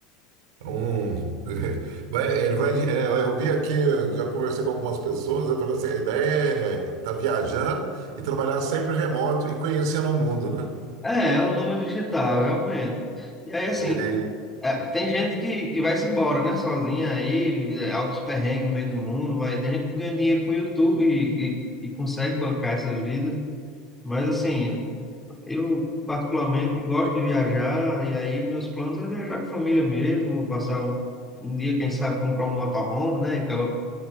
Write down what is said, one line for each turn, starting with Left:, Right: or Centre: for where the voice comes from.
Right: Um, <laughs> vai, ele vai, é, eu vi aqui, eu já conversei com algumas pessoas, eu falei assim, a ideia é estar viajando e trabalhar sempre remoto e conhecendo o mundo, né?
Centre: É, é um nômade digital, realmente. E aí, assim,
Right: Ele,
Centre: eh, tem gente que, que vai-se embora, né, sozinha aí, eh, altos perrengues no meio do mundo, mas tem gente que ganha dinheiro com o YouTube e, e e consegue bancar essa vida. Mas assim, eu particularmente gosto de viajar, e aí meus planos é viajar com a família mesmo, passar um, um dia, quem sabe, comprar um motorhome, né? E acaba